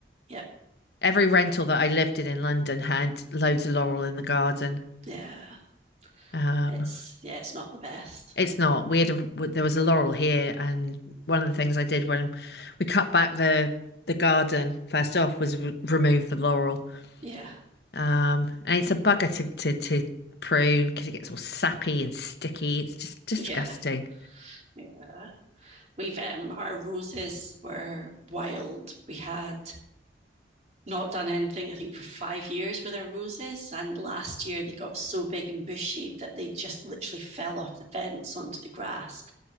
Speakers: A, on the right (about 35°); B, on the left (about 65°).
A: yeah,
B: Every rental that I lived in in London had loads of laurel in the garden.
A: yeah.
B: Um,
A: It's yeah, it's not the best.
B: It's not. We had a. there was a laurel here, and one of the things I did when we cut back the the garden first off was re remove the laurel.
A: Yeah.
B: Um, and it's a bugger to to, to prune because it gets all sappy and sticky. It's just disgusting.
A: <laughs> Yeah. Yeah. We've um our roses were wild. We had not done anything, I think, for five years with our roses. And last year they got so big and bushy that they just literally fell off the fence onto the grass.